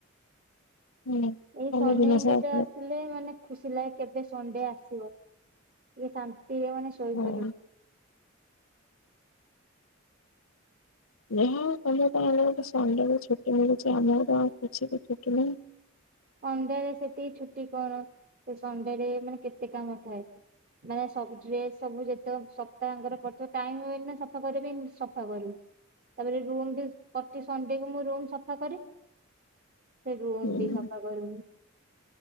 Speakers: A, on the left; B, on the right.
A: ହୁଁ
B: ଏଇ
A: କାଲି
B: ସଣ୍ଡେ
A: ଦିନ
B: ହିଁ
A: ସାରା
B: ଗୋଟେ
A: ପୁରା
B: ଆସିଲେ ମାନେ ଖୁସି ଲାଗେ। କେବେ ସଣ୍ଡେ ଆସିବ? ଟିକେ ଶାନ୍ତିରେ ମାନେ ଶୋଇପାରୁବୁ।
A: ହଁ। ଯା ହଉ ତମର ତ ହେଲେ ସଣ୍ଡେରେ ଗୋଟେ ଛୁଟି ମିଳୁଚି। ଆମର ତ ଆଉ କିଛି ବି ଛୁଟି ନାହିଁ।
B: ସଣ୍ଡେରେ ସେଟିକି ଛୁଟି କଣ ସଣ୍ଡେରେ ମାନେ କେତେ କାମ ଥାଏ। ମାନେ ସବୁ ଡ୍ରେସ୍ ସବୁ ଯେତେକ ସପ୍ତାହଙ୍କର ପଡ଼ିଥିବ। ଟାଇମ ହୁଏନି ନା ସଫା କରିବା ପାଇଁ ମୁ ସଫା କରିବୁ। ତା ପରେ ରୁମ୍ ବି ପତି ସାଣ୍ଡେକୁ ମୁଁ ରୁମ୍ ସଫା କରେ। ଫେରେ ରୁମ୍
A: ହୁଁ
B: ବି ସଫ ତା ପରେ